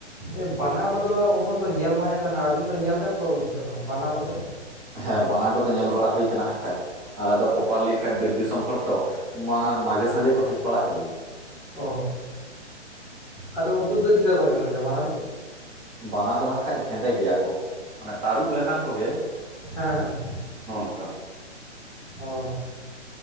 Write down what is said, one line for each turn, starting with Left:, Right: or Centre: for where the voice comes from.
Centre: ᱮ ᱵᱟᱱᱟ ᱠᱚᱫᱚ ᱩᱱᱟᱹᱜ ᱫᱚ ᱧᱮᱞ ᱵᱟᱧ ᱠᱟᱱᱟ ᱟᱹᱵᱤᱱ ᱫᱚ ᱧᱮᱞ ᱠᱟᱜ ᱠᱚᱣᱟᱵᱤᱱ ᱥᱮ ᱵᱟᱝᱟ ᱵᱟᱱᱟ ᱠᱚᱫᱚ
Right: ᱦᱮᱸ ᱵᱟᱱᱟ ᱠᱚᱫᱚ ᱧᱮᱞ ᱵᱟᱲᱟ ᱦᱩᱭᱠᱟᱱᱟ ᱟᱠᱷᱟᱡ ᱟᱨᱮ ᱫᱚ ᱯᱚᱯᱟᱨᱞᱤ ᱟᱠᱷᱟᱡ ᱵᱤᱨ ᱫᱤᱥᱚᱢ ᱦᱚᱲ ᱛᱚ ᱢᱟ ᱢᱟᱡᱷᱮ ᱥᱟᱡᱷᱮ ᱠᱚ ᱦᱮᱡ ᱵᱟᱲᱟᱜ ᱜᱮᱭᱟ
Centre: ᱚ ᱟᱫᱚ ᱩᱱᱠᱩ ᱫᱚ ᱪᱮᱠᱟ ᱠᱚ ᱧᱮᱞᱚᱜ ᱜᱮᱭᱟ ᱵᱟᱱᱟ ᱫᱚ
Right: ᱵᱟᱱᱟ ᱫᱚᱦᱟ ᱠᱷᱟᱡ ᱦᱮᱸᱫᱮ ᱜᱮᱭᱟ ᱠᱚ ᱢᱟᱱᱮ ᱛᱟᱹᱨᱩᱵ ᱞᱮᱠᱟᱱ ᱠᱚᱜᱮ
Centre: ᱦᱮᱸ ᱦᱮ
Right: ᱱᱚᱽᱚ ᱱᱚᱠᱟ
Centre: ᱚ